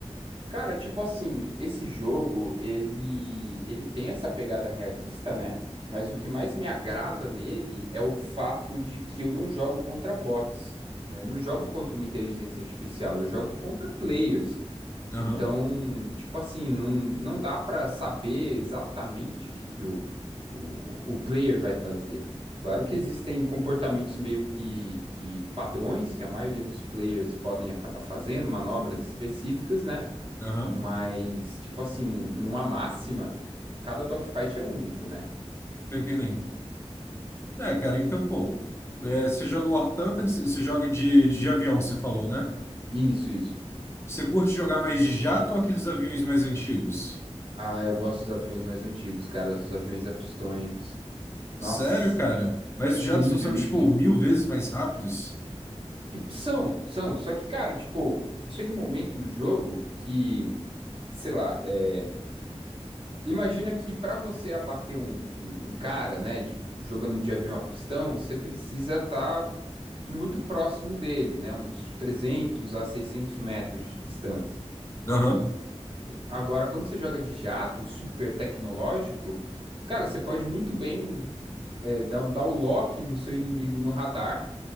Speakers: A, on the right; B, on the left.
A: Cara, tipo assim, esse jogo, ele, ele tem essa pegada realista, né? Mas o que mais me agrada nele é o fato de que eu não jogo contra bots, né? Não jogo contra uma inteligência artificial, eu jogo contra players. Então,
B: Aham,
A: tipo assim, não, não dá pra saber exatamente o que, que o, o, o player vai fazer. Claro que existem comportamentos meio que, que padrões que a maioria dos players podem acabar fazendo, manobras específicas, né?
B: aham.
A: Mas, tipo assim, num- numa máxima, cada dogfight é único, né?
B: Tô entendendo. É, cara, então, pô. é, você joga War Thunder, você você joga de, de avião, você falou, né?
A: Isso, isso.
B: Você curte jogar mais de jato ou aqueles aviões mais antigos?
A: Ah, eu gosto dos aviões mais antigos, cara, os aviões a pistões. Nossa,
B: Sério, cara?
A: incrível,
B: Mas os jatos não são,
A: incrível.
B: tipo, mil vezes mais rápidos?
A: São, são, só que, cara, tipo, chega um momento no jogo que, sei lá, é, imagina que pra você abater um, um- um cara, né, de- jogando de avião a pistão, você precisa estar muito próximo dele, né, uns 300 a 600 metros de distância.
B: Aham.
A: Agora, quando você joga de jato, super tecnológico, cara, você pode muito bem é, dar, um, dar o lock no seu inimigo no radar,